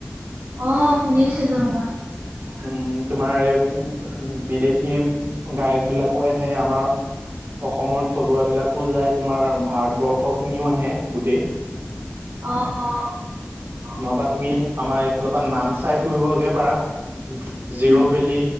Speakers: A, on the right; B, on the right.
A: অ শুনিছিলো মই।
B: উম তোমাৰ এই বিদেশী গায়ক বিলাকো আহে আমাৰ অসমৰ থলুৱা বিলাকো যায় তোমাৰ ভাৰতবৰ্ষ খিনিও আহে গোটেই
A: অ অ
B: নহবা তুমি আমাৰ এইফালৰ পৰা নামচাই ফুৰিবগে পাৰা জিৰ'
A: উম
B: ভেলী